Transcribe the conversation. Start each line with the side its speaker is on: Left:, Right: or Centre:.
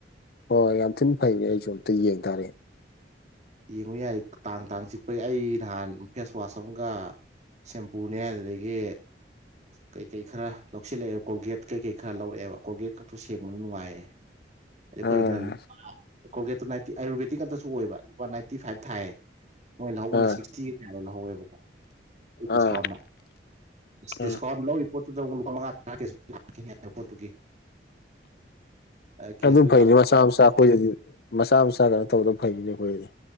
Left: ꯍꯣꯏ ꯌꯥꯝ ꯊꯤꯅ ꯐꯩꯅꯦ ꯑꯩꯁꯨ ꯑꯝꯇ ꯌꯦꯡ ꯇꯥꯔꯦ
Right: ꯌꯦꯡꯉꯨ ꯌꯥꯏ ꯇꯥꯡ ꯇꯥꯡ ꯆꯤꯛꯄꯩ ꯑꯩ ꯅꯍꯥꯟ ꯐꯦꯁꯋꯥꯁ ꯑꯃꯒ ꯁꯦꯝꯄꯨꯅꯦ ꯑꯗꯨꯗꯒꯤ ꯀꯩꯀꯩ ꯈꯔ ꯂꯧꯁꯤꯜꯂꯛꯑꯦꯕ ꯀꯣꯜꯒꯦꯠ ꯀꯩ ꯀꯩ ꯈꯔ ꯂꯧꯔꯛꯑꯦꯕ ꯀꯣꯒꯦꯠ ꯈꯛꯇꯨ ꯁꯦꯡꯕꯅ ꯅꯨꯡꯉꯥꯏꯌꯦꯦ ꯑꯩꯈꯣꯏꯅ
Left: ꯑꯥ
Right: ꯂꯨꯄꯥ ꯀꯣꯜꯦꯠꯇ ꯑꯌꯨꯔꯕꯦꯗꯤꯛ ꯑꯛꯇꯁꯨ ꯑꯣꯏꯕꯨꯄꯥ ꯅꯥꯏꯟꯇꯤ ꯐꯥꯏꯚ ꯊꯥꯏꯌꯦ ꯃꯣꯏ ꯂꯧꯍꯧꯕꯅ
Left: ꯑꯥ
Right: ꯁꯤꯛꯁꯇꯤꯒ ꯀꯌꯥꯔꯣ ꯂꯧꯍꯧꯋꯦꯕꯀꯣ ꯗꯤꯁꯀꯥꯎꯟꯗ
Left: ꯑꯥ ꯑꯥ
Right: ꯗꯤꯁꯀꯥꯎꯟ ꯂꯧꯔꯤ ꯄꯣꯠꯇꯨꯗꯨ ꯂꯨꯄꯥ ꯃꯉꯥ ꯊ ꯂꯥꯛꯈꯤꯅꯤ ꯍꯥꯏꯕ ꯄꯣꯠꯇꯨꯒꯤ ꯀꯦꯁꯕꯦꯛ
Left: ꯑꯗꯨꯝ ꯐꯩꯅꯤ
Right: ꯂꯥꯛ
Left: ꯃꯆꯥ ꯃꯆꯥ ꯑꯩꯈꯣꯏꯗꯗꯤ ꯃꯆꯥ ꯃꯆꯥ ꯀꯩꯅꯣ ꯇꯧꯕꯗ ꯐꯩꯅꯤ ꯑꯩꯈꯣꯏꯗꯗꯤ